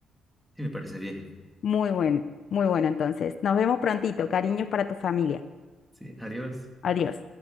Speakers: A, in the centre; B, on the left.
A: Sí, me parece bien.
B: Muy bueno, muy bueno entonces. Nos vemos prontito, cariños para tu familia.
A: Sí, adiós.
B: Adiós.